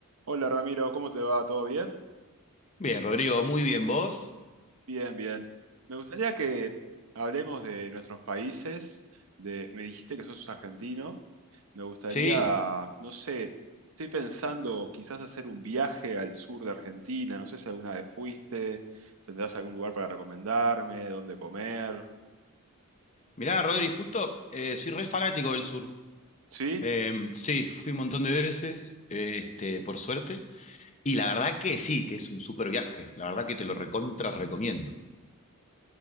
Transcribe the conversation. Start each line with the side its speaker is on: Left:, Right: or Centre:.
Right: Hola Ramiro, ¿cómo te va? ¿Todo bien?
Left: Bien, Rodrigo, muy bien. ¿Vos?
Right: Bien, bien. Me gustaría que hablemos de nuestros países, de, me dijiste que sos argentino, me gustaría,
Left: Sí.
Right: no sé, estoy pensando quizás hacer un viaje al sur de Argentina, no sé si alguna vez fuiste, tendrás algún lugar para recomendarme, dónde comer,
Left: Mirá, Rodri, justo eh, soy re fanático del sur.
Right: ¿sí?
Left: Eh, sí, fui un montón de veces, eh, este, por suerte. Y la verdad que sí, que es un súper viaje. La verdad que te lo recontra recomiendo.